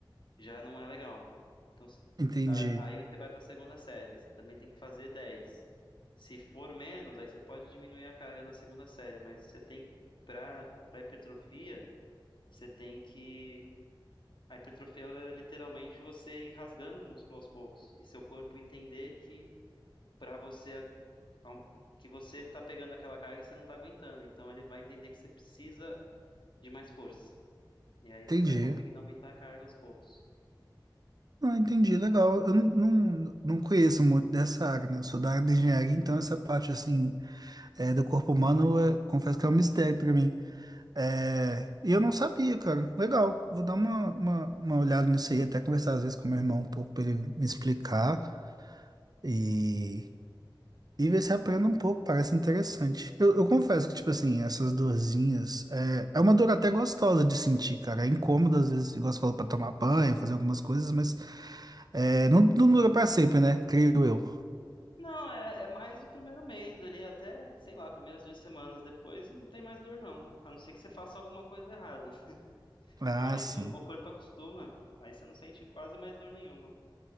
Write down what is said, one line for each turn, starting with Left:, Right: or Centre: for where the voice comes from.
Left: já não é legal. Então, você-
Right: entendi,
Left: a- aí você vai para a segunda série, você também tem que fazer dez Se for menos, aí você pode diminuir a carga na segunda série, mas você tem, para para hipertrofia, você tem que. A hipertrofia ela é literalmente você ir rasgando o músculo aos poucos e seu corpo entender que para você aum- que você tá pegando aquela carga e você não tá aguentando, então ele vai entender que você precisa de mais força. E aí
Right: entendi.
Left: você vai conseguindo aumentar a carga aos poucos.
Right: Ah, entendi, legal. Eu não, não, não conheço muito dessa área, né? Eu sou da área de engenharia, então essa parte, assim, é, do corpo humano, é, confesso que é um mistério para mim. É, e eu não sabia, cara. Legal. Vou dar uma, uma, uma olhada nisso aí, até conversar às vezes com meu irmão um pouco para ele me explicar e, e ver se aprendo um pouco. Parece interessante. Eu, eu confesso que, tipo assim, essas dorzinhas é, é uma dor até gostosa de sentir, cara. É incômodo às vezes, igual você falou, pra tomar banho, fazer algumas coisas, mas é, não, não dura pra sempre, né? Creio eu.
Left: Não, é, é mais o primeiro mês ali, até, sei lá, primeiras duas semanas depois não tem mais dor, não. A não ser que você faça alguma coisa errada. <laughs>
Right: Ah,
Left: Mas
Right: sim.
Left: o, o corpo acostuma. Aí você não sente quase mais dor nenhuma.